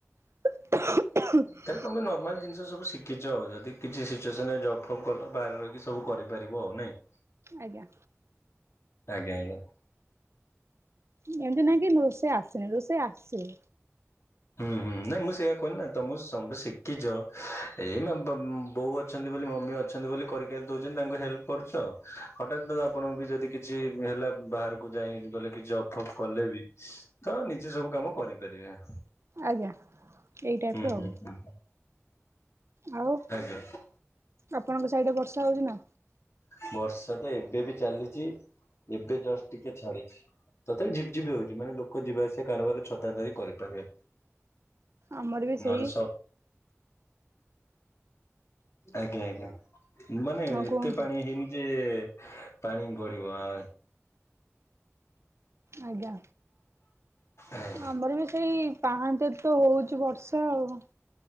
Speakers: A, on the right; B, on the left.
A: <inaudible>
B: ତାହେଲେ ତମେ ନର୍ମାଲ ଜିନିଷ ସବୁ ଶିଖିଛ ଯଦ କିଛି ସିଚୁଏସନରେ ଜବ୍ ଫବ୍ କଲ ବାହାରେ ରହିକ ସବୁ କରିବ ପାରିବ ଆଉ ନାଇଁ?
A: ଆଜ୍ଞା।
B: ଆଜ୍ଞା ଆଜ୍ଞା।
A: ଏମିତି ନାଇଁ କି ରୋଷେଇ ଆସିନି ରୋଷେଇ ଆସିବ।
B: ହୁଁ ହୁ ନାଇଁ ମୁଁ ସେୟା କହିଲିନା। ତମ ସମ ଶିଖିଛ ଏଇ ମା ବାମ୍ ବୋଉ ଅଛନ୍ତି ବୋଲି ମମି ଅଛନ୍ତି ବୋଲି କରିକି ଦଉଛନ୍ତି ତାଙ୍କୁ ହେଲ୍ପ କରୁଛ ହଠାତ୍ ଆପଣଙ୍କୁ ବି ଯଦି କିଛି ହେଲା ବାହାରକୁ ଯାଇି ଗଲେ କିଛି ଜବ ଫବ କଲେ ବି ତମେ ନିଜେ ସବୁ କାମ କରିପାରିବେ।
A: ଆଜ୍ଞା। ଏଇ ଟାଇପର
B: ହୁଁ ହୁଁ
A: ଆଉ ଆଉ
B: ଆଜ୍ଞା।
A: ଆପଣଙ୍କ ସାଇଡ ରେ ବର୍ଷା ହଉଛି ନା?
B: ବର୍ଷା ତ ଏବେ ବି ଚାଲିଚି ଏବେ ଜଷ୍ଟ ଟିକେ ଛାଡ଼ିଛି। ତଥାପି ଝିପ୍ ଝିପ୍ ହଉଛି ମାନେ ଲୋକ ଯିବା ଆସିବା କାରବାର ଛତା ଧରି କରିପାରିବେ।
A: ଆମର ବି
B: ନହେଲେ
A: ସେଇ
B: ସ ଆଜ୍ଞା ଆଜ୍ଞା ମାନେ
A: ହଁ କୁହନ୍ତୁ
B: ପାଣି ହେଇନି ଯେ ପାଣି ଗଡ଼ିବ ଆ
A: ଆଜ୍ଞା
B: ଆ
A: ଆମର ବି ସେଇ ପାହାନ୍ତାତ ହଉଛି ବର୍ଷା ଆଉ